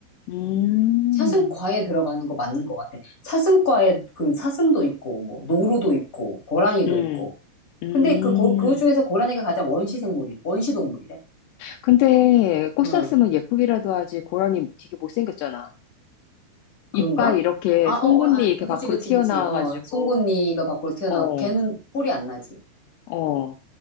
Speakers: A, on the left; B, on the left.
A: 음,
B: 사슴과에 들어가는 거 맞는 것 같아. 사슴과에 그 사슴도 있고, 뭐, 노루도 있고, 고라니도
A: 음,
B: 있고.
A: 음.
B: 근데 그, 고, 그 중에서 고라니가 가장 원시 생물이, 원시 동물이래.
A: 근데 꽃
B: 응,
A: 샀으면 예쁘기라도 하지 고라니 되게 못생겼잖아.
B: 그런가?
A: 이빨 이렇게
B: 아,
A: 송곳니
B: 어, 어, 아,
A: 이렇게 밖으로
B: 그치, 그치,
A: 튀어나와가지고
B: 그치. 어, 송곳니가 밖으로 튀어나오고,
A: 어,
B: 걔는 뿔이 안 나지.
A: 어.